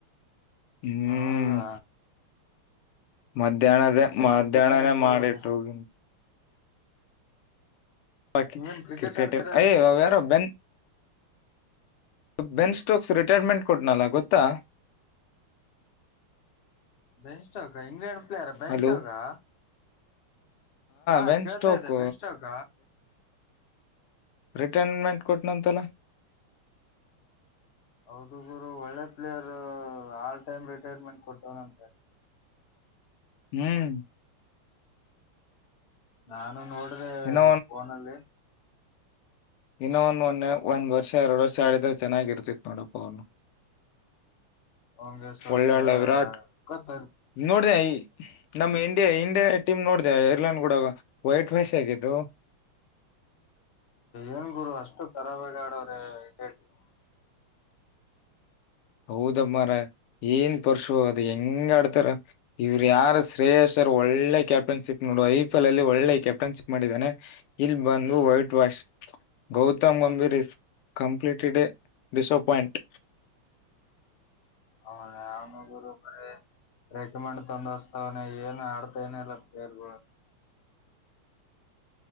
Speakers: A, on the left; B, on the left.
A: ಹ್ಮ್
B: ಹೌದಾ
A: ಮಧ್ಯಾಹ್ನದ
B: ಮತ್ತೆ
A: ಮಧ್ಯಾಹ್ನನೇ
B: ಕ್ರಿಕೆಟ್ ಆಡಕ್ ಹೋಗಲ್ವ
A: ಮಾಡಿಟ್ಟು ಹೋಗ ಬ
B: ನೀವೇನ್ ಕ್ರಿಕೆಟ್
A: ಕ್ರಿಕೆಟ
B: ಆಡ್ತೀರ
A: ಅಯ ಯಾರ ಬೆನ್ ಬೆನ್ ಸ್ಟೋಕ್ಸ್ ರಿಟೈರ್ಮೆಂಟ್ ಕೊಟ್ನಲ್ಲ ಗೊತ್ತಾ.
B: ಬೆನ್ಸ್ಕ್ ಕ ಇಂಗ್ಲೆಂಡ್ ಪ್ಲೇಯರ್ ಬೆನ್ಸ್ಟೋಕಾ.
A: ಹಲೋ
B: ಹಾ
A: ವೆನ್
B: ಕೇಳ್ತ
A: ಸ್ಟೋಕ್
B: ಇದ್ದ ಬೆನ್ಸ್ಟೋಕ.
A: ರಿಟೈನ್ಮೆಂಟ್ ಕೊಟ್ಟನಂತಲ.
B: ಹೌದು ಗುರು. ಒಳ್ಳೆ ಪ್ಲೇಯರ್ ಆಲ್ ಟೈಮ್ ರಿಟೈರ್ಮೆಂಟ್ ಕೊಟ್ಟವನಂತೆ.
A: ಹ್ಮ್
B: ನಾನು ನೋಡ್ ದ
A: ಇನ್ನ
B: ಫೋನಲ್ಲಿ
A: ಇನ್ನ್ನು ಒನ್ನೆ ಒಂದ್ ವರ್ಷ ಎರಡು ವರ್ಷ ಆಡಿದ್ರೆ ಚೆನ್ನಾಗಿರ್ತಿತ್ ನೋಡಪ್ಪ ಅವನು
B: ಅವನ್ಗೆ ಸ್ವಲ್ಪ
A: ಒಳ್ಳೆಳ್ಳೆ ವಿರಾಟ್
B: ದುಃಖ ಸರ್
A: ನೋಡಿದೆಯ ನಮ್ ಇಂಡಿಯಾ ಇಂಡಿಯಾ ಟಮ್ ನೋಡ್ದ ಏರ್ಲೈನ್ ಕೂಡ ವೈಟ್ ವಸ್ ಆಗಿದ್ದು
B: ಏನ್ ಗುರು ಅಷ್ಟು ಖರಾಬಾಆಗ ಆಡವ್ರೆ ಇಂಡ ಟೀಮ್
A: ಹೌದಮ್ಮರ ಏನ್ ಪರಶು ಅದು ಹೆಂಗ ಆಡ್ತಾರ ಇವ್ರ ಯಾರ ಶ್ರಯಸ್ ಒಳ್ಳೆ ಕ್ಯಾಪ್ಟನ್ಶಿಪ್ ನೋಡು ಐ ಪಿ ಎಲ್ ಅಲ್ಲಿ ಒಳ್ಳೆ ಕ್ಯಾಪ್ಟನ್ಶಿಪ್ ಮಾಡಿದ್ದಾನೆ ಇಲ್ಲಿ ಬಂದು white wash Gautam Gambhir is completely disappoint
B: ಅವನುಗುರುಕ ರೆಕಮಂಡ್ ತೊಂದೋಸ್ತಾವನೆ ಏನು ಆಡ್ತೇನೆ ಇಲ್ಲ ಪ್ಲೇರ್ ಬ್ರೋ
A: <inaudible>